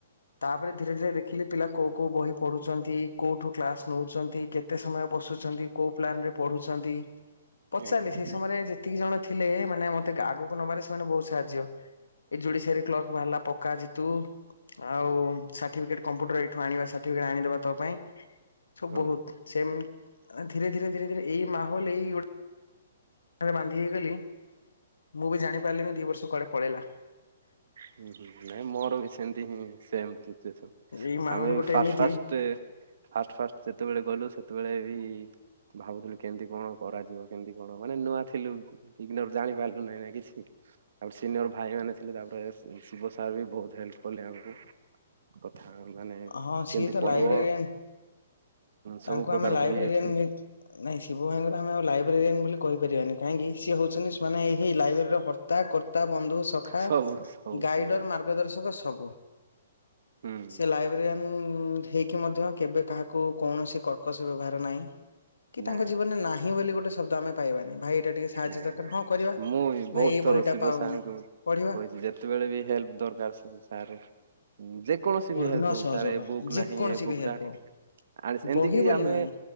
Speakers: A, on the left; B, on the right.
A: ତାପରେ ଧୀରେ ଧୀରେ ଦେଖିଲି ପିଲା କୋଉ କୋଉ ବହି ପଢୁଛନ୍ତି କୋଉଠୁ କ୍ଲାସ ନେଉଛନ୍ତି କେତେ ସମୟ ବସ ଛନ୍ତି କୋପ୍ ପ୍ରେ ପଢୁଛନ୍ତି ପଚାରିଲ
B: ଆଜ୍ଞା
A: ସେଇ ସମୟରେ ଯେତିକି ଜଣ ଥିଲେ ମାନେ ମତେ ଆଗକୁ ନବାରେ ସେମାନେ ବହୁତ ସାହାଯ୍ୟ ଏ ଯୁଡି ସାରି କ୍ଲକ୍ ବାହାରିଲା ପକ୍କା ଜିତୁ ଆଉ ସାର୍ଟିଫିକେଟ୍ କମ୍ପ୍ୟୁଟର ଏଇଠୁ ଆଣିବା ସାର୍ଟିଫିକେଟ୍ ଆଣିଦେବା ତ ପାଇଁ ସବୁ
B: ହଁ
A: ବହୁତ ସେମ୍ ଧୀରେ ଧୀରେ ଧୀରେ ଧୀରେ ଏଇ ମାହୋଲ ଏଇ ଗୋଟେ ବାନ୍ଧି ହେଇଗଲି ମୁଁ ବି ଜାଣି ପାରିଲିନି ଦି ବର୍ଷ କୁଆଡେ ପଳେଇଲା।
B: ହୁଁ ହୁଁ ନାଇଁ ମୋର ବି ସେମିତି ହିଁ ସେମ
A: ଏଇ ମାହୋଲ
B: ଆମେ
A: ଗୋଟେ
B: ଫ
A: ଏମିତି
B: ଫା ଫ ଫ ଯେତେବେଳେ ଗଲୁ ସେତେବେଳେ ବି ଭାବୁଥିଲୁ କେମିତି କଣ କରାଯିବ କେମତି କଣ ମାନେ ନୂଆ ଥିଲୁ ବିଗର ଜାଣି ପାରିଲୁ ନାହିଁ ନା କିଛି ଆ ସିନିୟର ଭାଇ ମାନେ ଥିଲେ ତାପରେ ଶିବ ସାର୍ ବି ବହୁତ ହେଲ୍ପ କଲେ ଆମକୁ କଥା ମାନେ
A: ହଁ ସିଏ
B: କେମିତି
A: ତ
B: ପଢ଼ିବ
A: ଲାଇବ୍ରେରିଆନ୍
B: ସବୁ
A: ତାଙ୍କୁ
B: ପ୍ରକାର
A: ଆମେ ଲାଇବ୍ରେରିଆନ୍
B: ବହି ଏଠି
A: ନାଇଁ ଶିବ ଭାଇଙ୍କର ଆମେ ଆଉ ଲାଇବ୍ରେରିଆନ୍ ବୋଲି କହିପାରିବାନି କାହିଁକି ସିଏ ହଉଛନ୍ତି। ମାନେ ସେଇ ଲାଇବ୍ରେରୀର କର୍ତ୍ତା କର୍ତ୍ତା ବନ୍ଧୁ ସଖା
B: ସବୁ ସବୁ
A: ଗାଇଡର
B: ସବୁ
A: ମାର୍ଗଦର୍ଶକ ସବୁ
B: ହୁଁ
A: ସେ ଲାଇବ୍ରେରିଆନ ଉ ହେଇକି ମଧ୍ୟ କେବେ କାହାକୁ କୌଣସି କର୍କସ ବ୍ୟବହାର ନାହିଁ। କି
B: ନାଇଁ
A: ତାଙ୍କ ଜୀବନରେ
B: ନାଇଁ
A: ନାହିଁ ବୋଲି ଗୋଟେ ଶବ୍ଦ ଆମ ପାଇବାନି। ଭାଇ ଏଇଟା ଟିକେ ସାହାଯ୍ୟ
B: ନାଇଁ
A: ଦରକାର ହଁ କରିବା।
B: ମୁଁ
A: ଭାଇ
B: ବହୁତ
A: ଏଇ
B: ଥର
A: ବହିଟା
B: ଶିବ
A: ପାଉନି
B: ସାଙ୍ଗଙ୍କୁ
A: ପଢିବା
B: କହିଛି ଯେତେବେଳେ ବି ହେଲ୍ପ ଦରକାର ସାରେ ଁ ଯେ କୌଣସି
A: ପୂର୍ଣ୍ଣ
B: ବି ହେଲ୍ପ ହଉ
A: ସହଯୋଗ
B: ସାର୍ ଏ ବୁକ୍
A: ଯେକୌଣସି
B: ନାହିଁ ଏ ବୁକ୍
A: ବି ହେଲ୍ପ
B: ଟା
A: ହଉ
B: ଆ ଏମିତିକି
A: ବହି ବୋଲି
B: ଆମେ
A: ନାହିଁ।